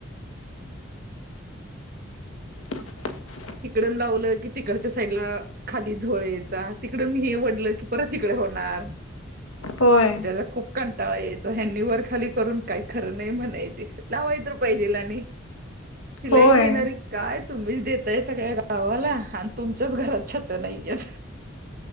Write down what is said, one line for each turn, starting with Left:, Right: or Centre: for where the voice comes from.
Left: <inaudible>
Right: हिकडन लावलं की तिकडच्या साईडला खाली झोळचा तिकडून हे वडलं की परत हिकडं होणार.
Left: होय
Right: त्येजा खूप कंटाळा यायचा ह्यांनी वर खाली करून काय खरं नाय म्हणायचे लावा पाहिजेल आणि शिलाईची
Left: होय
Right: येणारी काय तुम्हीच देत तय सगळ्या गावाला अण तुमच्याच घरात छतं नाहीयेत.